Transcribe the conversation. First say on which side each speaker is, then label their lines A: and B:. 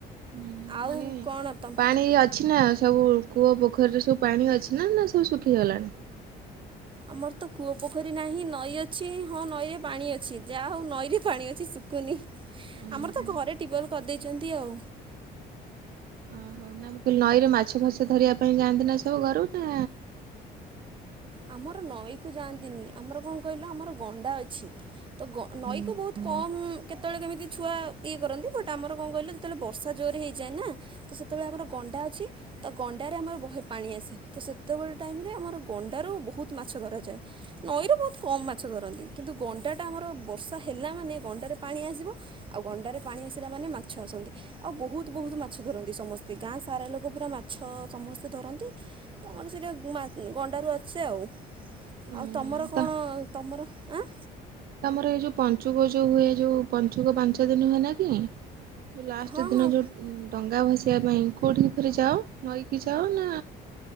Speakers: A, on the right; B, on the right.
A: ହଁ
B: ଆଉ
A: ମାନେ
B: କଣ ତମ
A: ପାଣି ଅଛି ନା ସବୁ କୂଅ ପୋଖରୀରେ ସବୁ ପାଣି ଅଛି ନା ନା ସବୁ ଶୁଖିଗଲାଣି।
B: ଆମର ତ କୂଅ ପୋଖରୀ ନାହିଁ ନଈ ଅଛି ହଁ ନଈରେ ପାଣି ଅଛି ଯାହା ହଉ ନଈରେ ପାଣି ଅଛି କନି
A: ଓହୋ
B: ଆମର ତ ଘରେ ଟି ୱଲ୍ କରିଦେଇଛନ୍ତି ଆଉ।
A: ଓହୋ ନା ମୁଁ କହିଲି ନଈରେ ମାଛ ଫର୍ସ ଧରିବା ପାଇଁ ଯାଆନ୍ତି ନା ସବୁ ଘରୁ ନା
B: ଆମର ନଈକୁ ଯାଆନ୍ତିନି ଆମର କଣ କହିଲ ଆମର ଗଣ୍ଡା ଅଛି। ତ ନଈକୁ ବହୁତ କମ କେତେବେଳେ କେମିତି ଛୁଆ ଇଏ କରନ୍ତି ବଟ ଆମର କଣ କହିଲ ଯେତେବେଳେ ବର୍ଷା ଜୋର ହେଇଯାଏ ନା। ତ ସେତେବେଳେ ଆମର ଗଣ୍ଡା ଅଛି ତା ଗଣ୍ଡାରେ ଆମର ବହେ ପାଣି ଆସେ ତ ସେତେବେଳେ ଟାଇମରେ ଆମର ଗ ତାରୁ ବହୁତ ମାଛ ଧରାଯାଏ। ନଈରୁ ବହୁତ କମ୍ ମାଛ ଧରନ୍ତି କିନ୍ତୁ ଗଣ୍ଡାଟା ଆମର ବର୍ଷା ହେଲା ମାନେ ଗଣ୍ଡାରେ ପାଣି ଆସିବ। ଆଉ ଗଣ୍ଡାରେ ପାଣି ଆସିଲା ମାନେ ମାଛ ଆସନ୍ତି। ଆଉ ବହୁତ ବହୁତ ମାଛ ଧରନ୍ତି ସମସ୍ତେ ଗାଁ ସାରା ଲୋକ ପୁରା ମାଛ ସମସ୍ତେ ଧରନ୍ତି। ତମର ସେଇଟା ଗଣ୍ଡାରୁ ଅଛି। ସେ ଆଉ
A: ଉୁଁ
B: ଆଉ ତମର
A: ତ
B: କଣ ତମର ଆଁ।
A: ତମର ଏଇ ଯୋଉ ପଞ୍ଚୁକ ଯୋଉ ହୁଏ ଯୋଉ ପଞ୍ଚୁକ ପାଞ୍ଚ ଦିନ ହୁଏ ନା କି? ଉ ଲାଷ୍ଟ
B: ହଁ
A: ଦିନ
B: ହଁ
A: ଯେଉ ଡଙ୍ଗା ଭସିବା ପାଇଁ କେଉଁଠି କି ଫରି ଯାଅ ନଈକି ଯାଅ ନା